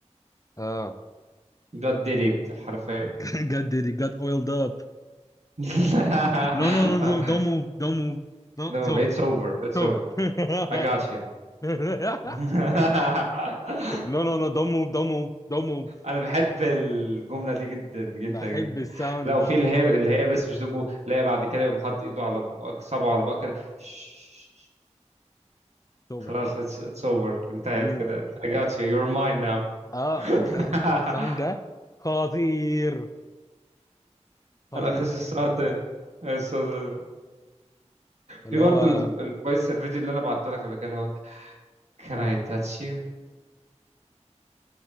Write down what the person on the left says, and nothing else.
اه
God did it got oiled up
<laughs> no no no no don't move don't move no
it's over
it's over
<laughs>
<laughs>
نو نو نو دون موف دون موف دون موف
بحب
الساوند
ده
موت
توبة
مم.
اه بت-
بت- الساوند ده خطير خطير
اللي
هو